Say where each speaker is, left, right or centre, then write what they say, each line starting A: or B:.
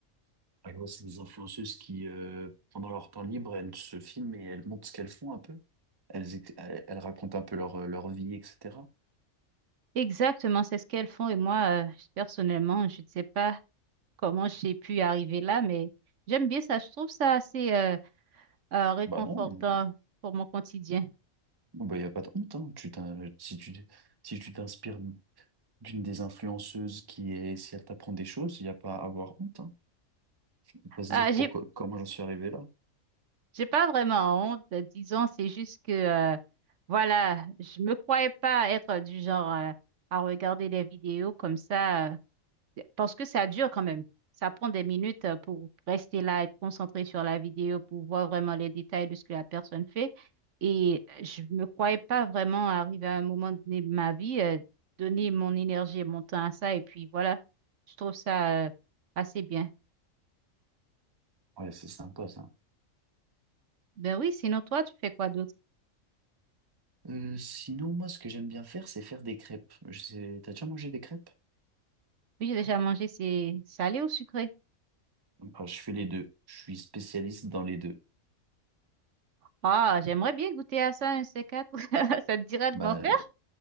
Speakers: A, on the right (about 20°); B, on the right (about 65°).
A: Par exemple, c'est des influenceuses qui, euh, pendant leur temps libre, elles se filment et elles montrent ce qu'elles font un peu. Elles, éc- elles, elles racontent un peu leur, euh, leur vie, etc.
B: Exactement, c'est ce qu'elles font et moi, euh, personnellement, je ne sais pas comment j'ai pu arriver là, mais j'aime bien ça. Je trouve ça assez... euh, euh, réconfortant
A: Bah non, mmh,
B: pour mon quotidien.
A: bon, bah, il n'y a pas de honte. hein. Tu t'in- si tu, si tu t'inspires d'une des influenceuses qui est, si elle t'apprend des choses, il n'y a pas à avoir honte. Hein. Faut pas se
B: Euh,
A: dire
B: j'ai,
A: pourquoi, comment j'en suis arrivé là.
B: j'ai pas vraiment honte, euh, disons, c'est juste que, euh, voilà, je me croyais pas être du genre, euh, à regarder des vidéos comme ça, euh, parce que ça dure quand même. Ça prend des minutes euh, pour rester là, être concentré sur la vidéo, pour voir vraiment les détails de ce que la personne fait. Et euh, je me croyais pas vraiment arriver à un moment donné de ma vie, euh, donner mon énergie et mon temps à ça. Et puis voilà, je trouve ça, euh, assez bien.
A: Ouais, c'est sympa ça.
B: Ben oui, sinon toi, tu fais quoi d'autre?
A: Euh, sinon, moi, ce que j'aime bien faire, c'est faire des crêpes. Je sais, t'as déjà mangé des crêpes?
B: Oui, j'ai déjà mangé, c'est salé ou sucré?
A: Bah, je fais les deux. Je suis spécialiste dans les deux.
B: Ah, j'aimerais bien goûter à ça, un C4. <laughs> Ça te dirait de
A: Bah,
B: m'en faire?